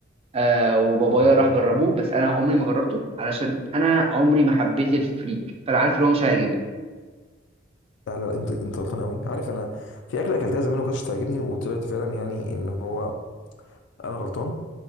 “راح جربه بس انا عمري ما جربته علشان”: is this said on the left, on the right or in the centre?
Right